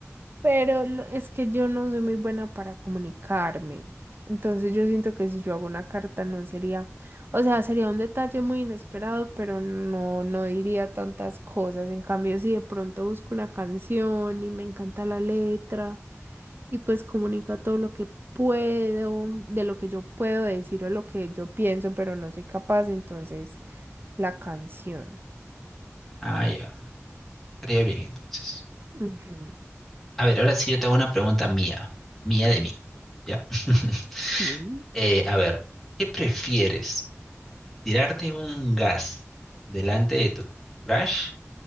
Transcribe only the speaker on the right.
Pero lo- es que yo no soy muy buena para comunicarme. Entonces yo siento que si yo hago una carta no sería, o sea, sería un detalle muy inesperado, pero no, no diría tantas cosas. En cambio, si de pronto busco una canción y me encanta la letra y pues comunica todo lo que puedo, de lo que yo puedo decir o lo que yo pienso, pero no soy capaz, entonces la canción.
Ujú.
Sí.